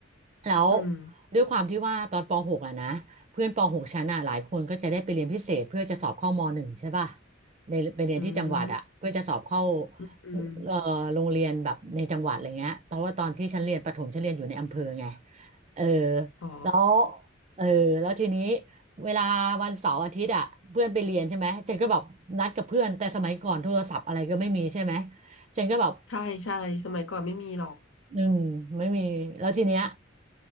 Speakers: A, on the right; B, on the left.
A: แล้ว
B: อืม
A: ด้วยความที่ว่าตอนป .6 อะนะเพื่อนป .6 ชั้นอ่ะหลายคนก็จะได้ไปเรียนพิเศษเพื่อจะสอบเข้ามหนึ่งใช่ป่ะในไปเรียนที่จังหวัดอะเพื่อจะสอบเข้า
B: อืมอืมอืม
A: เอ่อโรงเรียนแบบในจังหวัดอะไรเงี้ยเพราะว่าตอนที่ฉันเรียนประถมฉันเรียนอยู่ในอำเภอไงเออ
B: อ๋อ
A: แล้วเออแล้วทีนี้เวลาวันเสาร์อาทิตย์อ่ะเพื่อนไปเรียนใช่ไหมฉันก็แบบนัดกับเพื่อนแต่สมัยก่อนโทรศัพท์อะไรก็ไม่มีใช่ไหมฉันก็แบบ
B: ใช่ใช่สมัยก่อนไม่มีหรอก
A: อืมไม่มีแล้วทีเนี้ย